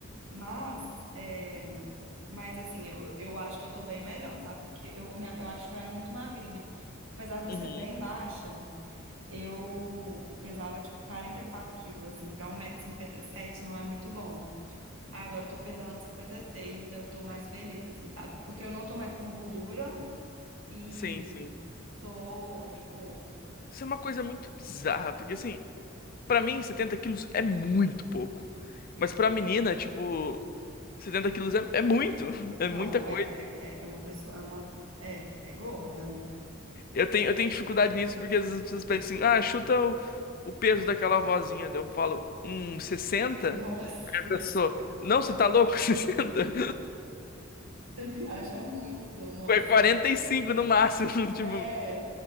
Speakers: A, on the right; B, on the left.
A: Mas, é, mas assim, eu, eu acho que eu tô bem melhor, sabe? Porque eu, me- eu acho que eu era muito magrinha. Apesar de eu
B: Uhum.
A: ser bem baixa, eu pesava tipo 44 quilos, assim, pra um metro e cinquenta e sete não é muito bom. Ah, Agora eu tô pesando cinquenta e seis eu tô mais feliz, assim, sabe? Porque eu não tô mais com gordura e
B: Sim, sim.
A: tô, tipo,
B: Isso é uma coisa muito bizarra, porque assim, pra mim 70 quilos é muito pouco. Mas pra menina, tipo, 70 quilos é, é muito, <laughs> é
A: não,
B: muita coisa.
A: é, é, é é uma pessoa, é uma, é, é gorda, né?
B: Eu tenho, eu tenho dificuldade nisso, porque às vezes as pessoas pedem assim, ah, chuta o, o peso daquela vozinha. Daí eu falo, hum, sessenta.
A: Nossa,
B: Aí a pessoa, não, você tá louco? <laughs> sessenta.
A: <laughs> você viaja muito, nossa.
B: É 45 no máximo, <laughs> tipo,
A: É,